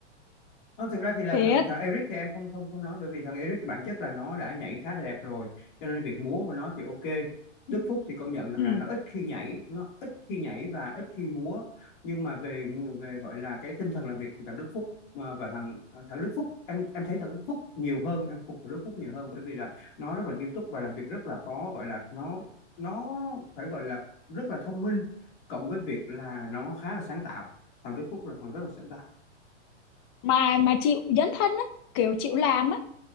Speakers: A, on the left; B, on the left.
A: Không, thực ra thì là
B: thiệt
A: thằng thằng Eric thì em không không không nói bởi vì thằng Eric thì bản chất là nó đã nhảy khá là đẹp rồi cho nên việc múa của nó thì ok Đức Phúc thì công nhận rằng
B: ừ.
A: là nó ít khi nhảy nó ít khi nhảy và ít khi múa nhưng mà về về gọi là cái tinh thần làm việc thì thằng Đức Phúc mà và thằng thằng Đức Phúc em em thấy thằng Đức Phúc nhiều hơn em phục thằng Đức Phúc nhiều hơn bởi vì là nó rất là nghiêm túc và làm việc rất là có gọi là nó nó phải gọi là rất là thông minh cộng với việc là nó khá là sáng tạo thằng Đức Phúc là thằng rất là sáng tạo
B: mà mà chịu dấn thân á kiểu chịu làm á